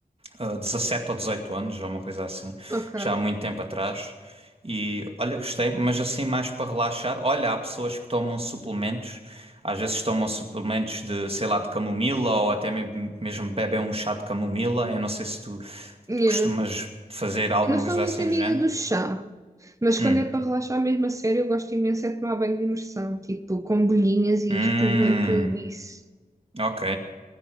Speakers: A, on the right (about 40°); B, on the right (about 20°).
A: ah, 17 ou 18 anos, ou uma coisa assim,
B: Ok.
A: já há muito tempo atrás. E olha, gostei, mas assim mais para relaxar. Olha, há pessoas que tomam suplementos, às vezes tomam suplementos de, sei lá, de camomila ou até me- mesmo bebem um chá de camomila. Eu não sei se tu
B: Yeah.
A: costumas fazer alguma
B: Eu não sou
A: coisa
B: muito
A: assim
B: amiga
A: do género.
B: do chá, mas
A: Hum.
B: quando é para relaxar mesmo a sério, eu gosto imenso é de tomar banho de imersão, tipo com bolhinhas e
A: Hum,
B: espuma e tudo isso.
A: ok.